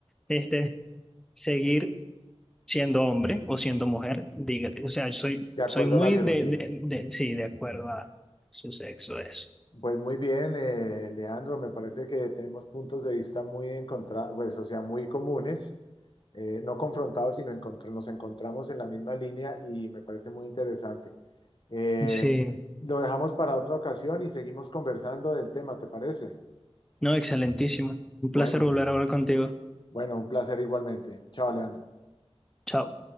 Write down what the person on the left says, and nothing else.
de acuerdo
a la biología.
Pues muy bien, eh, Leandro, me parece que tenemos puntos de vista muy encontrados, pues, o sea, muy comunes, eh, no confrontados, sino encontr- nos encontramos en la misma línea y me parece muy interesante. Eh,
lo dejamos para otra ocasión y seguimos conversando del tema, ¿te parece?
Bueno,
bueno, un placer igualmente. Chao, Leandro.